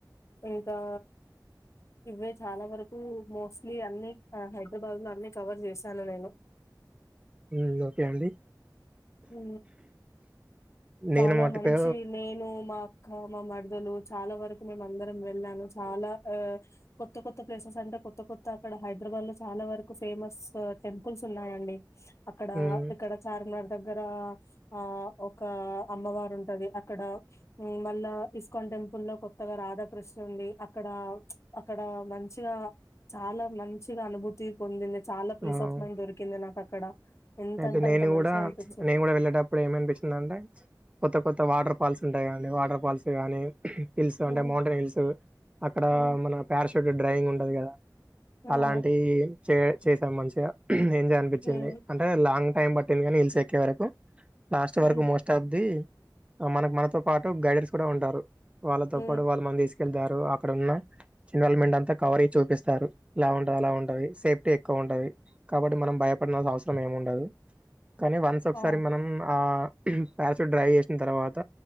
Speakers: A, on the left; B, on the right.
A: ఇంకా ఇవే చాలా వరకు మోస్ట్లీ అన్ని హైదరాబాద్ లో అన్ని కవర్ చేశాను నేను
B: ఉం ఓకే అండి
A: ఊ
B: నేను
A: చాలా
B: మటుకు
A: మంచి నేను మా మా మరదలు చాలా వరకు మేము అందరం వెళ్ళాను. చాలా ఆ కొత్త కొత్త ప్లేసెస్ అంటే కొత్త కొత్త అక్కడ హైదరాబాద్ లో, చాలా వరకు ఫేమస్ టెంపుల్స్ ఉన్నాయండి. అక్కడ
B: హ్మ్.
A: ఇక్కడ చార్మినార్ దగ్గర ఆ ఒక అమ్మవారు ఉంటది. అక్కడ మళ్ళా ఇస్కాన్ టెంపుల్ లో కొత్తగా రాధాకృష్ణ ఉంది. అక్కడ అక్కడ మంచిగా చాలా మంచిగా అనుభూతి పొందింది. చాలా పీస్
B: ఆహ్,
A: ఆఫ్ మైండ్ దొరికింది నాకు క్కడ ఎంతంటే
B: అయితే నేను
A: అంత మంచిగా
B: గూడా
A: అనిపి
B: నేను కూడా వెళ్ళేటప్పుడు ఏమనిపిస్తుంది అంటే కొత్త కొత్త వాట వాటర్ ఫాల్స్ ఉంటాయా అండి వాటర్ ఫాల్స్ కానీ హిల్స్ అంటే
A: ఉమ్,
B: మౌంటైన్ హిల్స్ అక్కడ
A: ఉమ్,
B: ఆ పారాస్ డ్రయింగ్ ఉండదు కదా అలాంటి
A: అవును
B: ఇ చే చేసాం మంచిగా ఏం చేలని అనిపిత్తుంది
A: హ్మ్.
B: లాంగ్ టైమ్ పట్టింది కానీ హిల్స్ ఎక్కే వరకు లాస్ట్
A: హ్మ్.
B: వరకు మోస్ట్ ఆఫ్ ది మనకు మనతో పాటు గైడెర్స్ కూడా ఉంటారు వాళ్ళతో
A: హ్మ్.
B: పాటు మన తీసు వెళ్తారు అక్కడున్న చిలమెంట్ అంతా కవర్ అయి చూపిస్తారు. ఇలా ఉంటది. అలా ఉంటది. సేఫ్టీ ఎక్కువ ఉంటది. కాబట్టి మనం భయపడాల్సిన అవసరం సమయంముండదు. కానీ వన్స్ ఒకసారి
A: అవును.
B: మనం ఆ ప్యాస్ డ్రైవ్ చేసిన తర్వాత